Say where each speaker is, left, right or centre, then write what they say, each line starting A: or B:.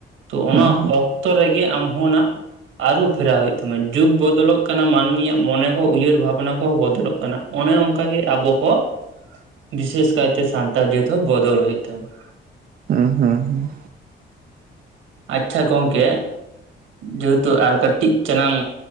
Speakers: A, on the right; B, on the right.
A: ᱛᱚ ᱚᱱᱟ
B: ᱦᱩᱸ
A: ᱚᱠᱛᱚ ᱨᱮᱜ ᱟᱢᱦᱚᱱᱟᱜ ᱟᱹᱨᱩ ᱯᱷᱮᱨᱟᱣ ᱦᱩᱭᱩᱜ ᱛᱟᱢᱟ ᱡᱩᱜ ᱵᱚᱫᱚᱞᱚᱜ ᱠᱟᱱᱟ ᱢᱟᱹᱱᱢᱤᱭᱟᱜ ᱢᱚᱱᱮ ᱠᱚ ᱩᱭᱦᱟᱹᱨ ᱵᱷᱟᱵᱱᱟ ᱠᱚᱦᱚᱸ ᱵᱚᱫᱚᱞᱚᱜ ᱠᱟᱱᱟ ᱚᱱᱮ ᱚᱱᱠᱟᱜ ᱜᱮ ᱟᱵᱚ ᱦᱚᱸ ᱵᱤᱥᱮᱥ ᱠᱟᱭᱛᱮ ᱥᱟᱱᱛᱟᱲ ᱡᱟᱹᱛ ᱦᱚᱸ ᱵᱚᱫᱚᱞ ᱦᱩᱭᱩᱜ ᱛᱟᱵᱚᱱᱟ
B: ᱦᱮᱸ ᱦᱮᱸ ᱦᱮᱸ
A: ᱟᱪᱷᱟ ᱜᱚᱝᱠᱮ ᱡᱮᱦᱮᱛᱩ ᱟᱨ ᱠᱟᱹᱴᱤᱡ ᱪᱟᱞᱟᱝ